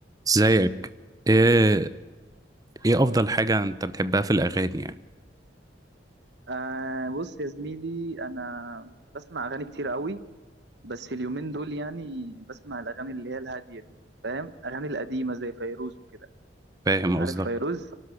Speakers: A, on the right; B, on the right.
A: زيك ايه ايه افضل حاجة انت بتحبها في الاغاني يعني
B: آه بص يا زميلي انا بسمع اغاني كتير قوي بس اليومين دول يعني بسمع الاغاني اللي هي الهاديه دي فاهم اغاني القديمه زي فيروز وكده
A: فاهم
B: عارف
A: قصدك
B: فيروز